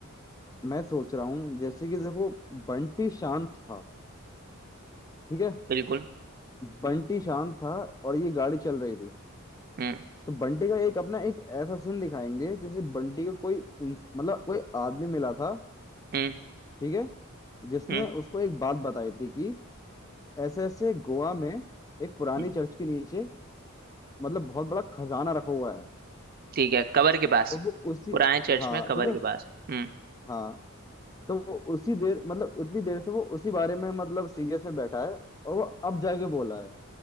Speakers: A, on the left; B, on the right.
A: मैं सोच रहा हूँ जैसे कि देखो बंटी शांत था ठीक है
B: बिल्कुल
A: बंटी शांत था और ये गाड़ी चल रही थी
B: हम्म
A: तो बंटी का एक अपना एक ऐसा सीन दिखाएंगे जैसे बंटी को कोई इंस- मतलब कोई आदमी मिला था
B: हम्म
A: ठीक है जिसने
B: हम्म
A: उसको एक बात बताई थी कि ऐसे ऐसे गोवा में एक पुरानी
B: हम्म,
A: चर्च के नीचे मतलब बहुत बड़ा खजाना रखा हुआ है
B: ठीक है कबर के पास
A: और वो उसी
B: पुराने चर्च
A: हाँ
B: में कबर
A: ठीक है
B: के पास हम्म
A: हाँ तो वो उसी देर मतलब इतनी देर से वो उसी बारे में मतलब सीरियस में बैठा है और वो अब जाके बोला है